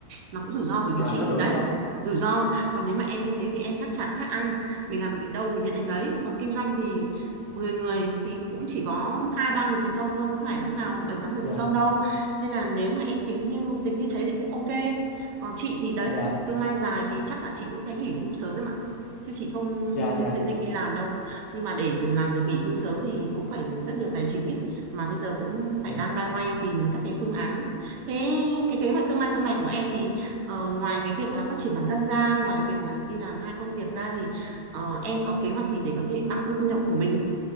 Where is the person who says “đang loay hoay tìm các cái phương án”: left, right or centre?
Right